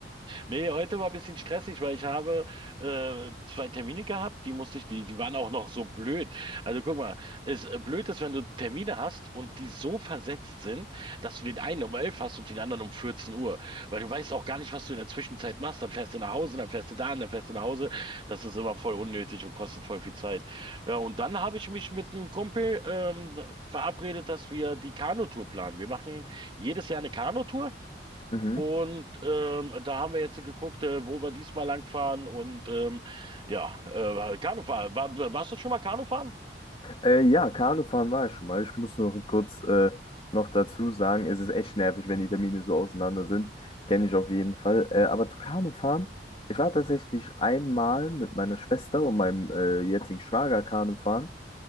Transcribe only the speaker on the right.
Nee, heute war ein bisschen stressig, weil ich habe äh, zwei Termine gehabt, die musste ich, die, die waren auch noch so blöd. Also guck mal, es äh, blöd ist, wenn du Termine hast und die so versetzt sind, dass du den einen um 11 hast und den anderen um 14 Uhr, weil du weißt auch gar nicht, was du in der Zwischenzeit machst. Dann fährst du nach Hause, dann fährst du dahin, dann fährst du nach Hause. Das ist immer voll unnötig und kostet voll viel Zeit. Ja, und dann habe ich mich mit einem Kumpel ähm, verabredet, dass wir die Kanutour planen. Wir machen jedes Jahr eine Kanutour.
Und ähm, da haben wir jetzt geguckt, äh, wo wir diesmal langfahren. Und ähm, ja, äh, Kanufahren. War, warst du schon mal Kanufahren?